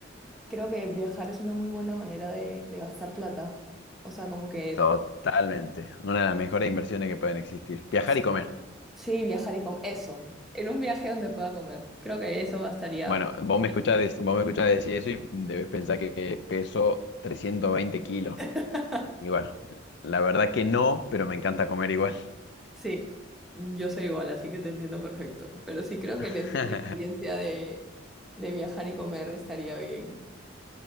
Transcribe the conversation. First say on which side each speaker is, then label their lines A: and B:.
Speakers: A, in the centre; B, on the left.
A: creo que viajar es una muy buena manera de, de gastar plata. O sea, como que
B: totalmente. Una de las mejores inversiones que pueden existir. Viajar
A: sí,
B: y comer.
A: sí, viajar y comer. Eso, en un viaje donde pueda comer. Creo que eso gastaría.
B: Bueno, vos
A: mi-
B: me escuchás, dec- vos me escuchás decir eso y debes pensar que peso 320 kilos.
A: <laughs>
B: Y bueno, la verdad que no, pero me encanta comer igual.
A: Sí, yo soy igual, así que te entiendo perfecto. Pero sí creo
B: <laughs>
A: que en eso, una experiencia de, de viajar y comer estaría bien.